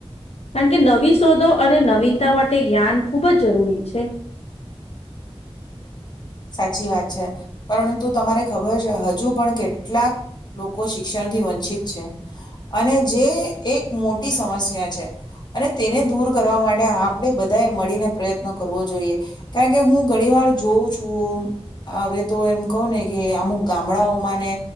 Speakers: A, on the left (about 80°); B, on the left (about 45°).
A: કારણ કે નવી શોધો અને નવીનતા માટે જ્ઞાન ખૂબ જ જરૂરી છે.
B: સાચી વાત છે. પરંતુ તમારે ખબર છે હજુ પણ કેટલાક લોકો શિક્ષણથી વંચિત છે અને જે એક મોટી સમસ્યા છે અને તેને દૂર કરવા માટે આપણે બધા એ મળીને પ્રયત્ન કરવો જોઈએ. કારણ કે હું ઘણી વાર જોઉં છું હવે તો એમ કહ ને કે અમુક ગામડાઓમાં ને